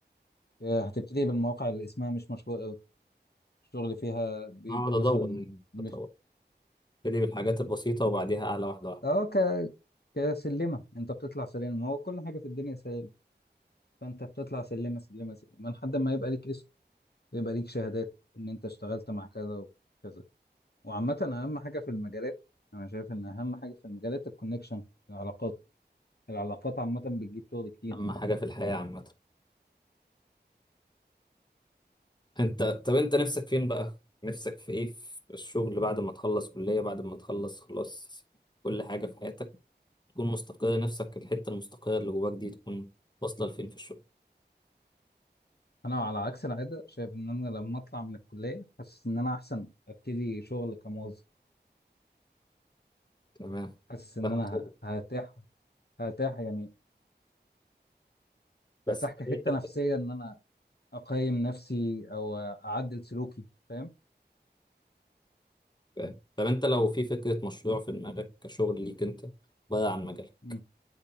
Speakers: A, on the left (about 65°); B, on the left (about 25°).
A: آه، هتبتدي بالمواقع اللي اسمها مش مشهوره قوي الشغل فيها بيبقى
B: هقعد ادور
A: مثلا
B: يعني
A: مش
B: ادور ابتدي بالحاجات البسيطه وبعديها اعلى واحده واحده
A: اه ك... كسلمه انت بتطلع سلم هو كل حاجه في الدنيا سلم فانت بتطلع سلمه سلمه سلمه لحد ما يبقى ليك اسم ويبقى ليك شهادات ان انت اشتغلت مع كذا وكذا وعامه اهم حاجه في المجالات انا شايف ان اهم حاجه في المجالات الكونكشن العلاقات العلاقات عامه بتجيب شغل كتير
B: اهم حاجه في الحياه عامه انت طب انت نفسك فين بقى نفسك في ايه في الشغل بعد ما تخلص كليه بعد ما تخلص خلاص كل حاجه في حياتك تكون مستقر نفسك الحته المستقره اللي جواك دي تكون واصله لفين في الشغل
A: انا على عكس العاده شايف ان انا لما اطلع من الكليه حاسس ان انا احسن ابتدي شغل كموظف
B: تمام
A: حاسس ان
B: باخد
A: انا
B: خبرة.
A: ه- هرتاح هرتاح يعني
B: بس
A: هرتاح كحته
B: في اي حته
A: نفسيه ان انا اقيم نفسي او اعدل سلوكي فاهم
B: فاهم. طب انت لو في فكره مشروع في دماغك كشغل ليك انت بره عن مجالك
A: امم